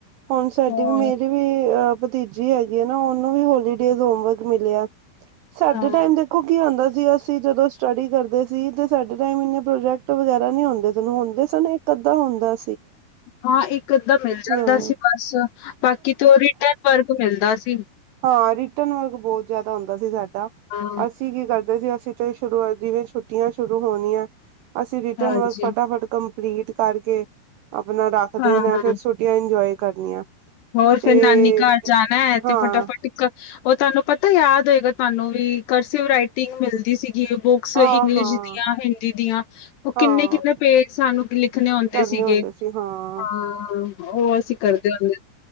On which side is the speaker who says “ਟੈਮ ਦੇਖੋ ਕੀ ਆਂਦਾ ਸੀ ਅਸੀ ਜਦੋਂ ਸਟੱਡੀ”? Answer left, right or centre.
Right